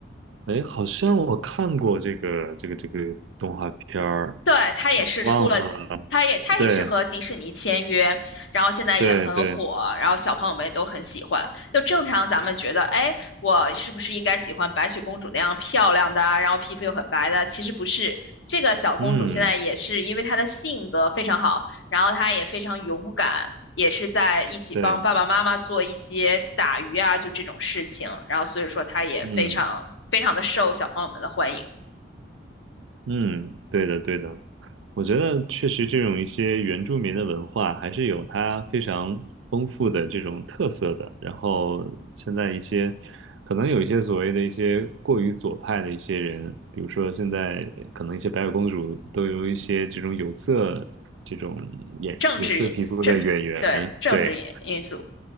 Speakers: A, on the right; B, on the left.
A: 哎，好像我看过这个这个这个动画片儿，
B: 对，他也是出了，
A: 我忘了。
B: 他也他也是和迪士尼签约，
A: 对
B: 然后现在也很火，
A: 对对，
B: 然后小朋友们也都很喜欢。就正常咱们觉得，哎，我是不是应该喜欢白雪公主那样漂亮的啊然后皮肤又很白的啊？其实不是，这个小公主现在也是因为她的性格非常好，
A: 嗯，
B: 然后她也非常勇敢，也是在一起帮爸爸妈妈做一些打鱼啊，
A: 对，
B: 就这种事情，然后所以说她也非常非常的受小朋友们的欢迎。
A: 嗯，嗯，对的，对的，我觉得确实这种一些原住民的文化还是有它非常丰富的这种特色的。然后现在一些可能有一些所谓的一些过于左派的一些人，比如说现在可能一些白雪公主都有一些这种有色这种眼有色皮肤的演员，
B: 政治因政对政治因因素，
A: 对，